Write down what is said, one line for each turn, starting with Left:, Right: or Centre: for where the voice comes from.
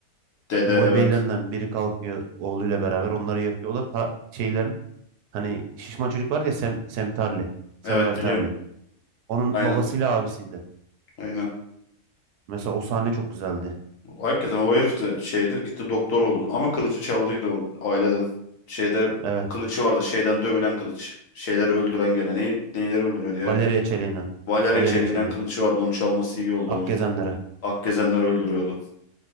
Left: dede
Right: boy
Left: evet.
Right: beylerinden biri kalkıyor oğluyla beraber onları yakıyor. O da ta- şeylerin hani şişman çocuk var ya Sem, Sem Tarly. Samwell
Left: Evet
Right: Tarly.
Left: biliyorum.
Right: Onun
Left: Aynen.
Right: babasıyla abisiydi.
Left: Aynen.
Right: Mesela o sahne çok güzeldi.
Left: Hakikaten o herif de şeydir gitti doktor oldu. Ama kılıcı çaldıydı or- aileden. Şeyde
Right: Evet.
Left: kılıcı vardı. Şeyden dövülen kılıç. Şeyleri öldüren gene. Neyi, neyleri öldürüyordu ya?
Right: Valeria Çeliği'nden.
Left: Valarya
Right: Valeria
Left: çeliğinden
Right: Çeliği.
Left: kılıcı vardı. Onu çalması iyi oldu onu.
Right: Akgezenleri.
Left: Akgezenler öldürüyordu.